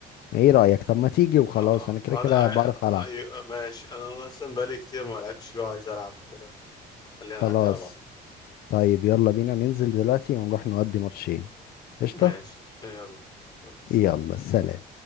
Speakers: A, on the left; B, on the left.
A: ايه رأيك طب ما تيجي وخلاص
B: انا
A: انا كده
B: انا
A: كده بعرف العب
B: أي- ماشي انا أنا اصلا بقالي كتير ما لعبتش فيه وعايز العب كده خلينا
A: خلاص
B: نعدي على بعض
A: طيب يلا بينا ننزل دلوقتي ونروح نودي ماتشين قشطة
B: ماشي يلا يلا
A: يلا سلام